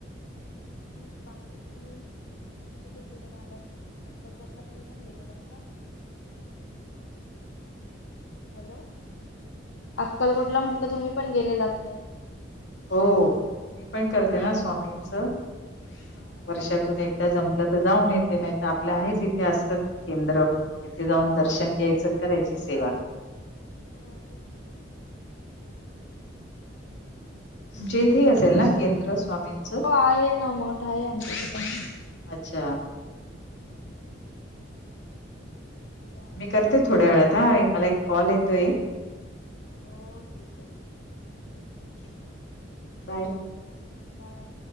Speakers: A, on the left; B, on the left.
A: मग बाकी तुम्ही कुठे फिरून आलात, अक्कलकोटला तुम्ही पण गेलेलात काय. हॅलो अक्कलकोटला म्हटलं तुम्ही पण गेले लागतय?
B: हो मी पण करते ना स्वामींच
A: हा
B: वर्षातून एकदा जमलं तर जाऊन येते नाही तर आपलं आहेच इथे असत केंद्र तिथे जाऊन
A: हो
B: दर्शन
A: आमच्या
B: घ्यायचं
A: इथे पण
B: करायची
A: आहे
B: सेवा
A: मग हो तेच ना.
B: तुमच्या इथेही असेल ना केंद्र स्वामींचं?
A: हो आहे ना मोठ आहे आमच्यास पण?
B: अच्छा.
A: जाता हो इकडे आहे
B: मी करते
A: भरपूर
B: थोड्या वेळात एक मला एक कॉल येतोय
A: हो ठीक आहे.
B: क बाय.
A: बाय.